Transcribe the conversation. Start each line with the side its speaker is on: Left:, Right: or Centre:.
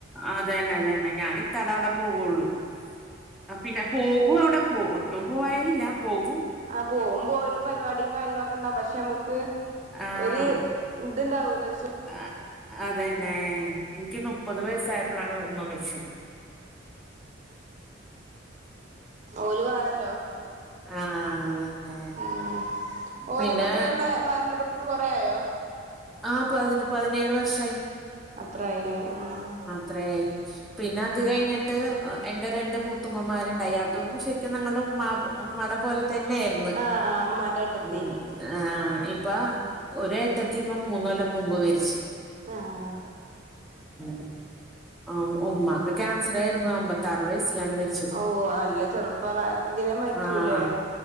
Centre: അതന്നെ അതന്നെ ഞാനിത്താടെ അവിടെ പോവുള്ളൂ ആഹ് പിന്നെ പോകും അവിടെ പോ ഒട്ടും പോവായ്കയില്ല പോകും
Right: ആഹ് പോവും പോരും പരിപാടിം കാര്യങ്ങളൊക്കെണ്ടാകും പക്ഷെമ്മക്ക്
Centre: ആഹ്
Right: ഒര് ഇത്ണ്ടാവൂല ഒരു സു
Centre: ആഹ് അതന്നെ എനിക്ക് മുപ്പത് വയസ്സായപ്പോളാണ് ഉമ്മ മരിച്ചത്
Right: ഓല് വേണല്ലോ
Centre: ആ ആ അതന്നെ
Right: അങ്ങനെ ഓലൊക്കെ
Centre: പിന്നെ
Right: എത്രേ മ മരണപ്പെട്ടിട്ട് കൊറേ ആയോ
Centre: ആഹ് പതിന് പതിനേഴ് വർഷായി
Right: അത്രായില്ലേ ആഹ്
Centre: ത്രേയി പിന്നെ അത് കഴിഞ്ഞിട്ട് എന്റെ രണ്ട് മൂത്തുമ്മമാരുണ്ടായി അതും ശരിക്കും ഞങ്ങളുടെ ഉമ്മാ ബ് ഉമ്മാടെ പോലെ തന്നെയിര്ന്ന്
Right: ആഹ് ആഹ് ഇമ്മാന്റെ ഏട്ടത്തി
Centre: ഉം ആഹ് ഇപ്പൊ ഒരു എട്ടത്തിയിപ്പം മൂന്നു കൊല്ലം മുമ്പ് മരിച്ച്
Right: ആഹ്
Centre: <unintelligible> ആഹ് ഉമ്മാക്ക് ക്യാൻസറായിരുന്നു അമ്പത്താറ് വയസ്സിലാണ് മരി
Right: ഓ നല്ല ചെറുപ്രായത്തിലേ മരിച്ചുല്ലേ
Centre: ആഹ്